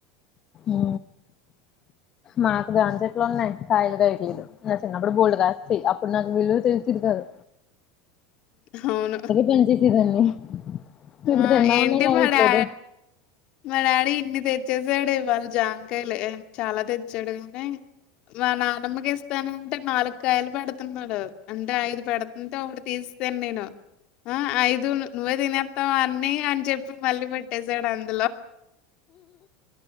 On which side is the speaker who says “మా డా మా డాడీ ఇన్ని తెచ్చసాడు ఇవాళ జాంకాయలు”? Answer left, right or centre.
Left